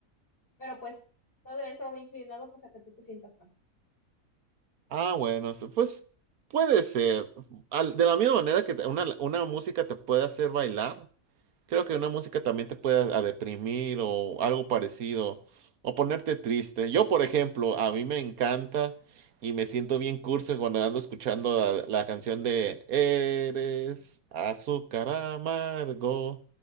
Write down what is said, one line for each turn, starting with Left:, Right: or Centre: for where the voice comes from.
Left: Pero pues todo eso va inclinado pues a que tú te sientas mal.
Right: Ah, bueno, so- pues puede ser. Al- de la misma manera que te- una, una música te puede hacer bailar, Creo que una música también te puede a deprimir o algo parecido, o ponerte triste. Yo, por ejemplo, a mí me encanta y me siento bien curso cuando ando escuchando la, la canción de Eres azúcar amargo,